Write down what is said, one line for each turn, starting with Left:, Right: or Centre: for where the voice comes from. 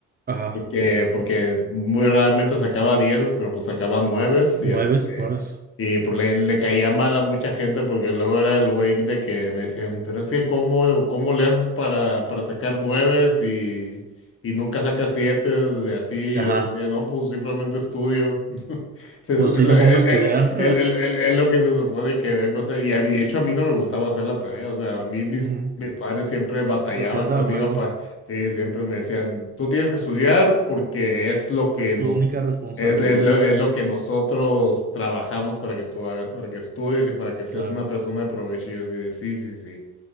Right: ajá.
Left: porque, porque muy raramente sacaba dieces, pero pues sacaban nueves
Right: Nueves,
Left: y este,
Right: nueves.
Left: y pues le, le caía mal a mucha gente porque luego era el güey de que me decían, pero es que cómo, cómo le haces para, para sacar nueves y, y nunca sacas siete de así, y
Right: Ajá.
Left: yo decía, no, pues simplemente estudio. <laughs> Se-
Right: Pues
Left: es
Right: sí
Left: la-
Right: me pongo
Left: el-
Right: a estudiar.
Left: el- el- el- el- Es lo que se supone que vengo a hacer. Y a mí- de hecho a mí no me gustaba hacer la tarea, o sea, a mí mis,
Right: <laughs> Ujú.
Left: mis padres siempre batallaban
Right: Lo hacías
Left: conmigo
Right: a huevo.
Left: para... Sí, siempre me decían, tú tienes que estudiar porque es lo que
Right: Es
Left: nos
Right: tu única responsabilidad,
Left: es, es lo, es lo que nosotros trabajamos para que tú hagas, para que estudies y para que seas
Right: claro.
Left: una persona de provecho. Y yo así de, sí, sí, sí.